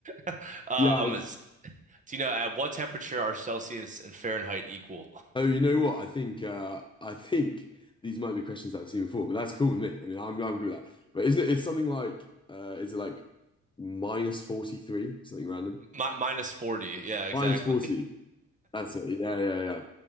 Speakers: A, on the right; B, on the left.
A: <laughs> Um,
B: <laughs> Yeah,
A: it's- do you know at what temperature are Celsius and Fahrenheit equal?
B: Oh, you know what? I think uh I think these might be questions that I've seen before, but that's cool with me. I mean, I'm I'm good with that. But isn't it? It's something like uh is it like minus 43, something random?
A: <laughs> Mi minus 40. Yeah, exactly.
B: Minus 40. That's it. Yeah, yeah, yeah.